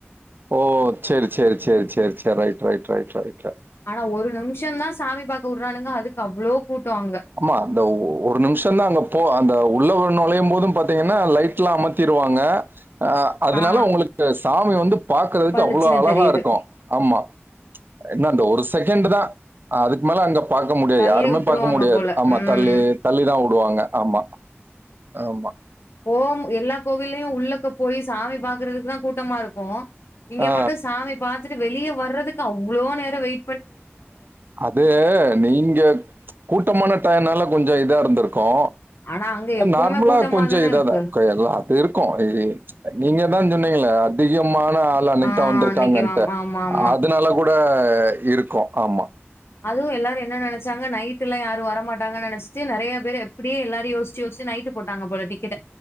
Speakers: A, on the right; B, on the left.
A: ஓ சேரி சேரி சேரி சேரி சேரி ரைட் ரைட் ரைட் ரைட்
B: ஆனா ஒரு நிம்ஷோந்தா சாமி பாக்க வுடுறானுங்க அதுக்கு அவ்ளோ கூட்டோ அங்க
A: ஆமா அந்த ஒரு நிம்ஷொந்தா அங்க போ அந்த உள்ள ஒரு நொலயும்போது பாத்தீங்கன்னா லைட்லா அமத்திடுவாங்க அ அதனால
B: ஆ
A: உங்களுக்கு சாமி வந்து பாக்கறதுக்கு
B: பளிச்சுன்னு
A: அவ்ளோ அழகா
B: தெரியுது
A: இருக்கு ஆமா என்ன அந்த ஒரு செகண்ட்டுதா அதுக்கு மேல அங்க பாக்க முடியாது
B: தள்ளி
A: யாருமே
B: வுட்டுருவாங்க
A: பாக்க முடியாது
B: போல
A: ஆமா
B: ம்
A: தள்ளி தள்ளிதா வுடுவாங்க ஆமா ஆமா
B: போம் எல்லா கோவில்லயு உள்ளக்கு போய் சாமி பாக்கறதுக்குதா கூட்டமா இருக்கு இங்க
A: ஆ
B: மட்டு சாமி பாத்துட்டு வெளிய வர்றதுக்கு அவ்ளோ நேரோ வெயி
A: அது நீங்க கூட்டமான டயோனால கொஞ்சோ இதா இருந்திருக்கோ
B: ஆனா அங்க எப்பவுமே
A: நார்மலா
B: கூட்டமா
A: கொஞ்சோ
B: தான
A: இதாதா
B: இருக்கு
A: கொ எல்லா அது இருக்கு இ நீங்க தா சொன்னீங்களே அதிகமான ஆள் அன்னைக்குத்தான்
B: ஆ
A: வந்திருக்காங்கன்ட்டு
B: அன்னைக்கு ஆமா ஆமா ஆமா
A: அதனால கூட எ இருக்கு ஆமா
B: அதுவு எல்லாரு என்ன நெனச்சாங்க நைட்யெல்லா யாரு வரமாட்டங்கன்னு நெனச்சுட்டு நெறயா பேர் எப்டியே எல்லாரு யோசிச்சி யோசிச்சி நைட் இது போட்டாங்க போல டிக்கெட்